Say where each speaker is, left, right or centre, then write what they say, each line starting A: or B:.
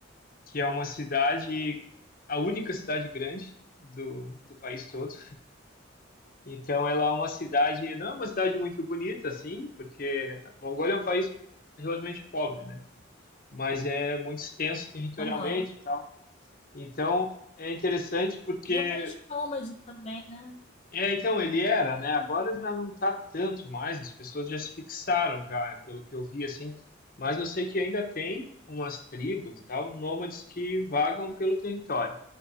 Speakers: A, on the left (about 45°); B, on the left (about 30°).
A: que é uma cidade, a única cidade grande do, do país todo. Então, ela é uma cidade, não é uma cidade muito bonita, assim, porque a Mongólia é um país relativamente pobre, né? Mas é muito extenso territorialmente
B: Aham.
A: e tal. Então, é interessante porque
B: E é um país de nômades também, né?
A: É, então ele era, né? Agora já não tá tanto mais, as pessoas já se fixaram já, é, pelo que eu vi assim, mas eu sei que ainda tem umas tribos e tal, nômades que vagam pelo território.